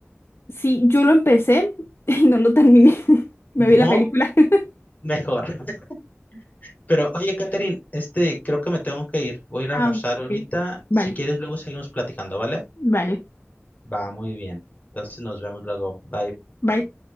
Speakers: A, on the left; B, on the left.
A: Sí, yo lo empecé <laughs> y no lo terminé. <laughs> Me vi la
B: No,
A: película. <laughs>
B: mejor. <laughs> Pero oye, Catherine, este, creo que me tengo que ir. Voy a ir a almorzar
A: Ah,
B: ahorita.
A: ok. Vale,
B: Si quieres, luego seguimos platicando, ¿vale?
A: vale.
B: Va, muy bien. Entonces nos vemos luego. Bye.
A: Bye.